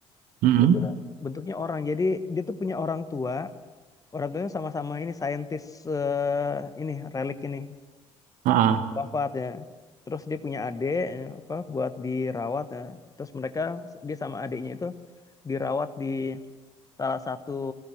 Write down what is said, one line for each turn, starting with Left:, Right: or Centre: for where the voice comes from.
Right: mm-mm,
Left: dia tuh bentuknya orang jadi dia tuh punya orang tua orang tuanya sama-sama ini saintis eh, ini relik ini
Right: ah, ah,
Left: wafat ya terus dia punya adik eh, apa buat dirawat ya terus mereka dia sama adiknya itu dirawat di salah satu